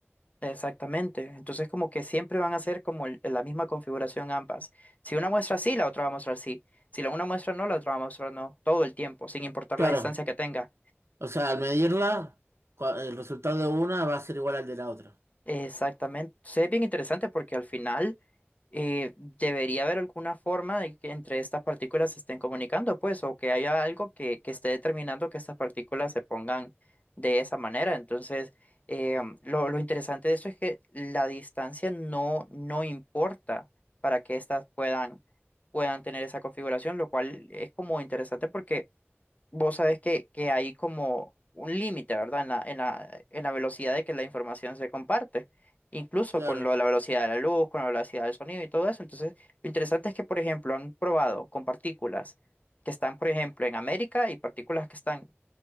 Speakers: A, on the left; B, on the right.
A: Exactamente. Entonces, como que siempre van a ser como el- la misma configuración ambas. Si una muestra sí, la otra va a mostrar sí. Si la una muestra no, la otra va a mostrar no, todo el tiempo, sin importar
B: Claro,
A: la distancia que tenga.
B: o sea, al medirla, cua- el resultado de una va a ser igual al de la otra.
A: Exactamente. Sí, es bien interesante porque al final eh, debería haber alguna forma de que entre estas partículas se estén comunicando, pues, o que haya algo que, que esté determinando que estas partículas se pongan de esa manera. Entonces, eh, lo, lo interesante de esto es que la distancia no, no importa para que estas puedan, puedan tener esa configuración, lo cual es como interesante porque vos sabés que, que hay como un límite, ¿verdad? En la, en la, en la velocidad de que la información se comparte, incluso
B: Claro.
A: con lo de la velocidad de la luz, con la velocidad del sonido y todo eso. Entonces, lo interesante es que, por ejemplo, han probado con partículas que están, por ejemplo, en América y partículas que están